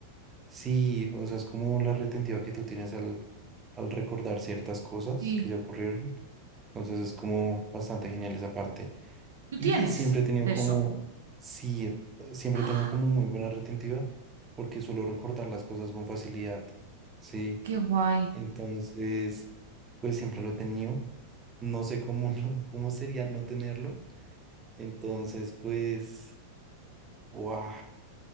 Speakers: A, on the right (about 20°); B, on the right (about 60°).
A: sí, o sea, es como la retentiva que tú tienes al, al recordar ciertas cosas
B: Sí.
A: que ya ocurrieron. Entonces es como bastante genial esa parte.
B: ¿Tú
A: Y
B: tienes
A: siempre he tenido
B: de
A: como,
B: eso?
A: sí, eh, siempre
B: ¡Ah!
A: tengo como muy buena retentiva porque suelo recordar las cosas con facilidad, ¿sí?
B: ¡Qué guay!
A: Entonces, pues siempre lo he tenido. No sé cómo, <laughs> no- cómo sería no tenerlo. Entonces, pues, wow,